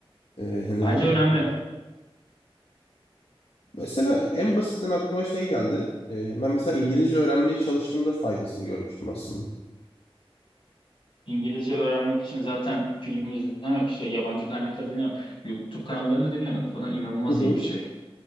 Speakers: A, on the left; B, on the left.
A: Ee, hani
B: Bence
A: daha-
B: önemli.
A: mesela en basitinden aklıma şey geldi. Ee, ben mesela İngilizce öğrenmeye çalıştığımda faydasını görmüştüm aslında.
B: İngilizce öğrenmek için zaten film izlemek, şey, yabancı kaynakları dinlemek, YouTube kanallarını dinlemek falan inanılmaz
A: Hı hı.
B: iyi bir şey.